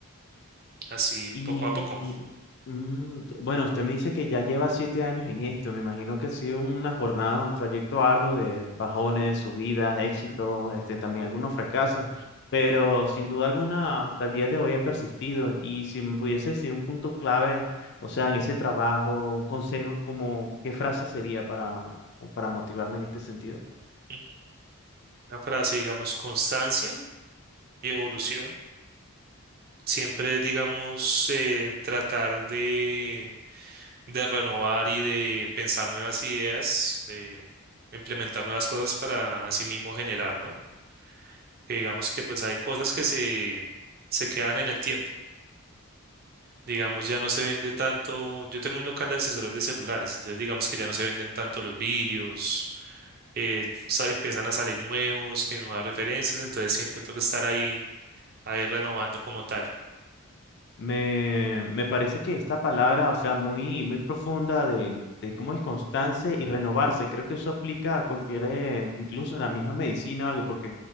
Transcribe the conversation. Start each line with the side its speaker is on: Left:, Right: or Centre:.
Right: así
Left: Y
Right: poco a poco.
Left: mm, bueno, usted me dice que ya lleva siete años en esto. Me imagino que ha sido una jornada, un trayecto arduo de bajones, subidas, éxitos, este, también algunos fracasos. Pero sin duda alguna, hasta el día de hoy he persistido. Y si me pudiese decir un punto clave, o sea, en ese trabajo, un consejo, como, ¿qué frase sería para, para motivarme en este sentido?
Right: Mm. Una frase, digamos, constancia y evolución. Siempre, digamos, eh, tratar de, de renovar y de pensar nuevas ideas, de implementar nuevas cosas para así mismo generar, ¿no? Que digamos que pues hay cosas que se, se quedan en el tiempo Digamos, ya no se vende tanto. Yo tengo un local de accesorios de celulares, entonces digamos que ya no se venden tanto los vidrios, eh, sa- empiezan a salir nuevos, que nuevas referencias, entonces siempre toca estar ahí, ahí renovando como tal.
Left: Me, me parece que esta palabra, o sea, muy, muy profunda de, de cómo es constancia y renovarse, creo que eso aplica a cualquier, eh, incluso en la misma medicina o algo, porque